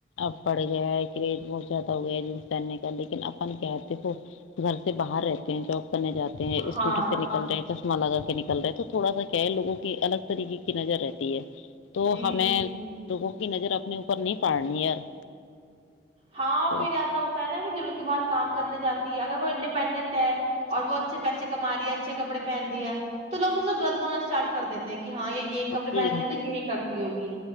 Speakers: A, on the left; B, on the right.
A: اب بڑ گیا ہے کریز بہت زیادہ ہو گیا ہے جن سےنے کا لیکن اپن کیاتے ہیں وہ گھر سے باہر رہتے ہیں جو کرنے جاتے ہیں اسکوٹی
B: ہاں
A: سے نکل رہے ہیں چشمہ لگر نکل رہے تو تھوڑا سا کیا ہے لگوں کی الگ طریقے کی نظر رہتی ہے تو
B: جی
A: ہمیں
B: جی جی جی.
A: لوگوں کی نظر اپنے اپر نہیں پاے پنی یار
B: ہاں
A: تھوڑا
B: پھر ایسا ہوتا ہے نا کہ جو لڑکی باہر کام کرنے جاتی ہے اگر وہ انڈیپینڈنٹ ہے اور وہ اچھے پیسے کم رہی ہے اچھے کپڑے پہن رہی ہے تو لو پھر سے غلط بولنا اسٹارٹ کر دیتے ہیں کہ ہاں یہ یہ کپڑے پہنیں
A: جی
B: گے
A: جی
B: تو یہی کرتی ہوگی